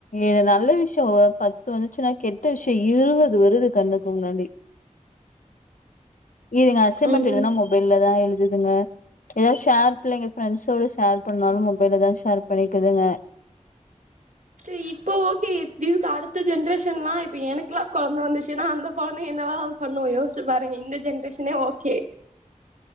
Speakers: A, on the left; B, on the right.
A: ஏது நல்ல விஷயம் பத்து வந்துச்சுன்னா கெட்ட விஷயம் இருவது வருது கண்ணுக்க முன்னாடி இதுங்க அசைன்மென்ட்
B: ம்
A: எழுதுனா மொபைல்ல தா எழுது ங்க எத ஷேர் பிள்ளைங்க ஃபிரண்ட்ஸ்வோட ஷேர் பண்ணாலும் மொபைல்ல தா ஷேர் பண் ணுதுங்க
B: சரி இப்போ ஓகே இதுக்கு அடுத்த ஜென்ரேஷன் எல்லா இப்ப எனக்குலாம் கொழந்தை வந்துச்சுன்னா அந்த கொழந்தைங்க என்னல்லா பண்ணும் யோசிச்சு பாருங்க இந்த ஜென்ரேஷனே ஓகே